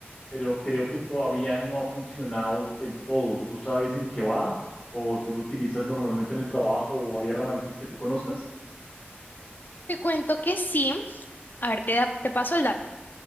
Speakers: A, on the left; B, on the left.
A: pero creo que todavía no ha funcionado del todo. ¿Tú sabes en qué va? ¿O tú lo utilizas normalmente en el trabajo? ¿O hay herramientas que tú conozcas?
B: Te cuento que sí. A ver, te, da- te paso el dato.